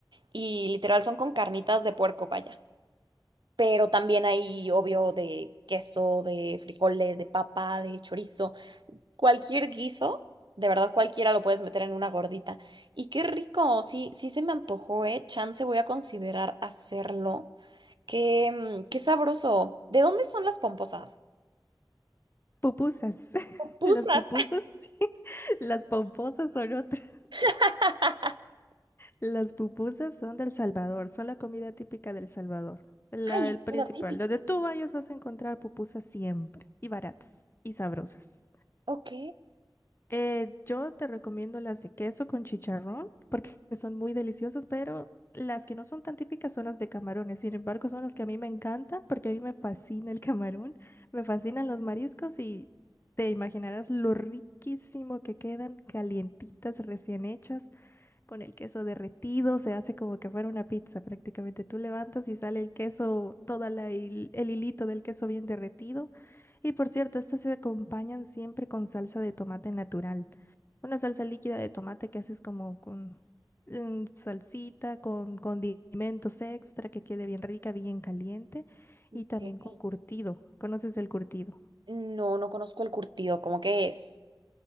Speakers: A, on the right; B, on the left.
A: Y literal son con carnitas de puerco, vaya pero también hay, obvio, de queso, de frijoles, de papa, de chorizo, cualquier guiso, de verdad cualquiera lo puedes meter en una gordita. Y qué rico, sí, sí se me antojó, ¿eh? Chance voy a considerar hacerlo. Qué, mm, qué sabroso. ¿De dónde son las pomposas?
B: Pupusas. <laughs>
A: Pupusas.
B: Las pupusas, sí. <laughs> Las pomposas son otras.
A: <laughs>
B: Las pupusas son del Salvador, son la comida típica del Salvador. La,
A: Ay,
B: el
A: es
B: principal.
A: comida típica.
B: Donde tú vayas vas a encontrar pupusas siempre, y baratas, y sabrosas.
A: Ok.
B: Eh, yo te recomiendo las de queso con chicharrón porque son muy deliciosas, pero las que no son tan típicas son las de camarones. Sin embargo, son las que a mí me encantan porque a mí me fascina el camarón, me fascinan los mariscos y te imaginarás lo riquísimo que quedan calientitas, recién hechas, con el queso derretido, se hace como que fuera una pizza prácticamente. Tú levantas y sale el queso, toda la hil- el hilito del queso bien derretido. Y por cierto, estas se acompañan siempre con salsa de tomate natural una salsa líquida de tomate que haces como con mm, salsita, con condimentos extra que quede bien rica, bien caliente
A: ok.
B: y también con curtido. ¿Conoces el curtido?
A: No, no conozco el curtido, ¿cómo que es?